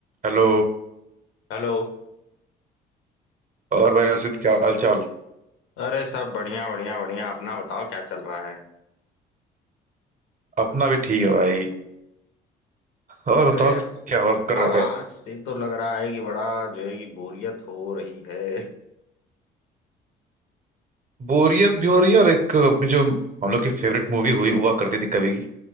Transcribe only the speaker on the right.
Hello
और भाई अर्षित क्या हाल चाल
अपना भी ठीक है भाई और
बताओ क्या और कर
रहे थे
बोरियत भी हो रही है और एक अपनी जो हम लोग की फेवरेट मूवी हुई हुआ करती थी कभी की